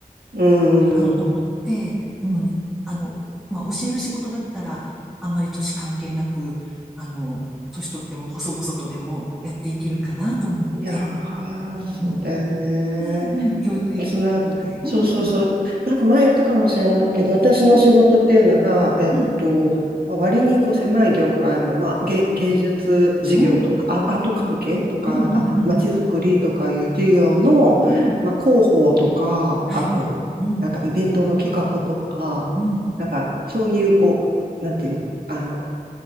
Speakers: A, on the right; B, in the centre.
A: うん。
B: がいいかなと思って、
A: うん
B: うん。あの、まあ、教える仕事だったら、あんまり年関係なく、あの、年取っても細々とでもやっていけるかなと思って、
A: いやー、
B: うん
A: そうだよね。
B: で、うん、教育業界。
A: つな、そうそうそう。
B: うん、うん、
A: なんか前言ったかもしれないけど、私の仕事っていうのが、
B: うん、
A: えっと、
B: うん、
A: まあ割にこう狭い業界の、まあ、芸、芸術事業とか、
B: うん、
A: ア、アート関係とか、
B: うん、
A: なんか、
B: うん、うん、
A: まちづくりとかいう事業の、
B: うん。
A: まあ、広報とか、
B: はいはい。
A: あと、
B: うん、
A: なんかイベントの企画とか、
B: うん、
A: なんか、そういう、こう、なんていうの、あの、